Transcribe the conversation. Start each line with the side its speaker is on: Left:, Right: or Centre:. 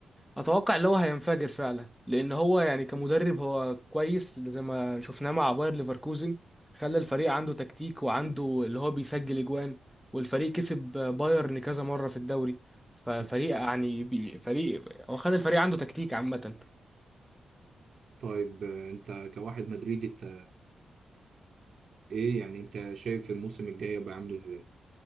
Centre: اتوقع اللي هو هينفجر فعلا لان هو يعني كمدرب هو كويس زي ما شفناه مع باير ليفركوزن خلى الفريق عنده تكتيك وعنده اللي هو بيسجل اجوان والفريق كسب بايرن كذا مره في الدوري ففريق
Right: مم.
Centre: يعني بي فريق هو خلى الفريق عنده تكتيك عامه
Right: طيب انت كواحد مدريدي انت ايه يعني انت شايف الموسم الجاي هيبقى عامل ازاي